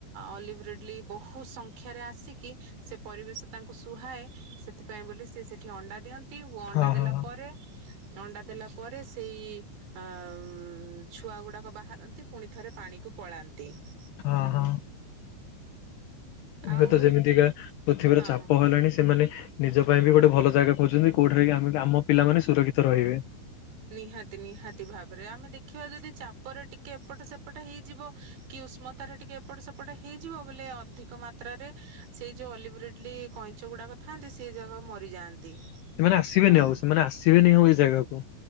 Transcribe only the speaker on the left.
ହଁ
ହଁ ହଁ
ହଁ ହଁ
ହଁ
ଏବେ ତ ଯେମିତିକା ପୃଥିବୀର
ଚାପ ହେଲାଣି ସେମାନେ ନିଜ ପାଇଁ ବି ଗୋଟେ ଭଲ ଜାଗା ଖୋଜଛନ୍ତି କୋଉଠାରେ ଆ ଆମ ପିଲାମାନେ ସୁରକ୍ଷିତ ରହିବେ।
ସେମାନେ ଆସିବେନି
ଆଉ ସେମାନେ ଆସିବେନି ଆଉ ଏଇ ଜାଗାକୁ।